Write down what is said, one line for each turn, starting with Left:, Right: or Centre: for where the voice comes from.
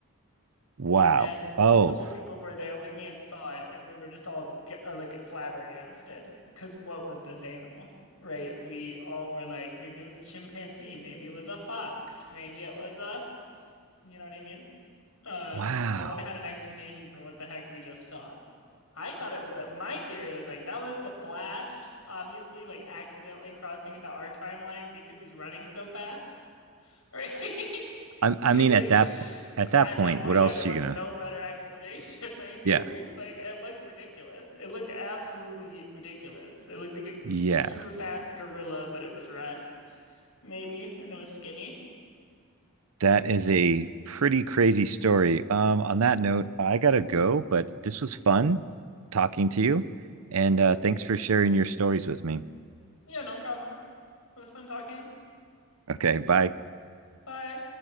Right: wow.
Left: And multiple
Right: Oh,
Left: people were there with me and saw it, and we were just all g- uh, like flabbergasted. Because what was this animal? Right? We all were like, maybe it was a chimpanzee, maybe it was a fox, maybe it was a, you know what I mean? Uh,
Right: wow.
Left: no one had an explanation for what the heck we just saw. I thought it was that my theory was like, that was the Flash, obviously, like accidentally crossing into our timeline because he's running so fast. Right? <laughs>
Right: I, I
Left: Because
Right: mean, at
Left: like
Right: that point, at that
Left: at
Right: point,
Left: that point,
Right: what else
Left: yeah, there was
Right: are you gonna?
Left: no better explanation. <laughs> Like
Right: Yeah,
Left: it was like it looked ridiculous. It looked absolutely ridiculous. It looked like a
Right: yeah.
Left: super fast gorilla, but it was red, maybe, and it was skinny.
Right: That is a pretty crazy story. Um, on that note, I gotta go, but this was fun talking to you, and uh, thanks for sharing your stories with me.
Left: Yeah, no problem. It was fun talking.
Right: Okay, bye.
Left: Bye.